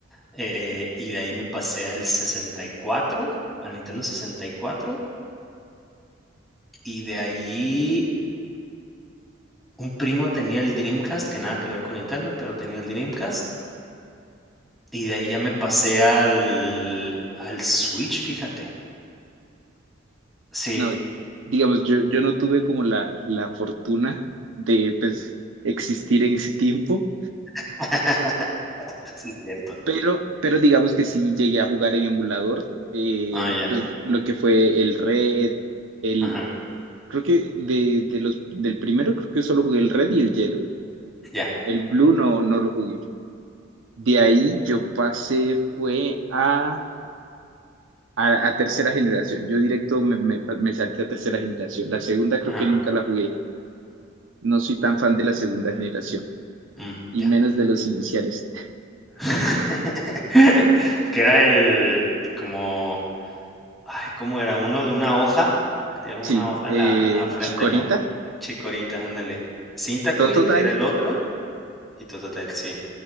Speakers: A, in the centre; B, on the right.
A: eh, y de ahí me pasé al 64, al Nintendo 64, y cuatro, y de ahí Un primo tenía el Dreamcast, que nada que ver con Nintendo, pero tenía el Dreamcast, y de ahí ya me pasé al al Switch, fíjate. Sí,
B: No, digamos, yo, yo no tuve como la, la fortuna de pues, existir en ese tiempo.
A: <laughs> sí es cierto.
B: Pero, pero digamos que sí llegué a jugar en emulador, eh,
A: Ah, ya,
B: pues lo que fue el Red, el,
A: ajá,
B: creo que de, de los, del primero creo que solo jugué el Red y el Yellow,
A: ya,
B: el Blue no, no lo jugué. De ahí yo pasé, fue a, a, a tercera generación, yo directo me, me, me salté a tercera generación, la segunda
A: ajá,
B: creo que nunca la jugué, no soy tan fan de la segunda generación,
A: mm,
B: y
A: ya.
B: menos de los iniciales. <laughs>
A: <laughs> Que era el como, ay, ¿cómo era? Uno de una hoja, que tenía como
B: Sí,
A: una hoja
B: eh,
A: en la en la frente,
B: Chikorita,
A: ¿no? Chikorita, ándale. Cyndaquil,
B: Totodile,
A: que era el otro, y Totodile, sí,